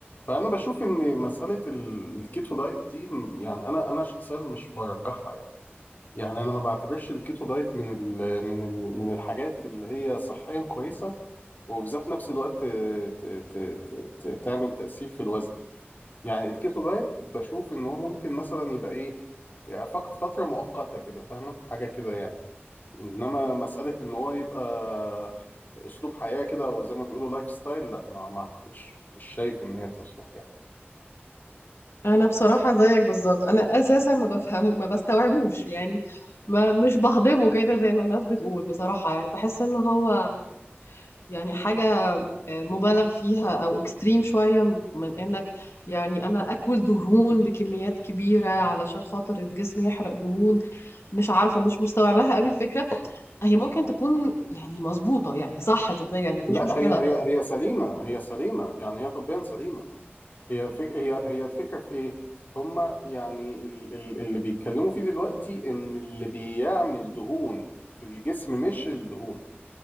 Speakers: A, on the left; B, on the left.
A: فانا بشوف ان مساله ال- الكيتو دايت دي م- يعني انا انا شخصيا مش برجحها يعني يعني انا ما بعتبرش الكيتو دايت من ال من ال من الحاجات اللي هي صحيا كويسه وفي ذات نفس الوقت آه، ت ت ت ت تعمل تاثير في الوزن يعني الكيتو دايت بشوف ان هو ممكن مثلا يبقى ايه يعني فقط فتره مؤقته كده فاهمه حاجه كده يعني انما مساله ان هو يبقى اسلوب حياه كده او زي ما بيقولوا لايف ستايل لا ما ما اعتقدش مش شايف ان هي تصلح يعني.
B: انا بصراحه زيك بالظبط انا اساسا ما بفهمه ما بستوعبوش يعني ما مش بهضمه كده زي ما الناس بتقول بصراحه يعني بحس ان هو يعني حاجه آه، مبالغ فيها او اكستريم شويه من انك يعني انا اكل دهون بكميات كبيره علشان خاطر جسمي يحرق دهون مش عارفه مش مستوعباها قوي الفكره هي ممكن تكون يعني مظبوطه يعني صح طبيا ما فيش
A: لا
B: مشكله
A: هي هي هي سليمة هي سليمة يعني هي طبيا سليمة هي فك هي هي الفكرة في ايه؟ هما يعني ال- ال- اللي بيتكلموا فيه دلوقتي ان اللي بيعمل دهون في الجسم مش الدهون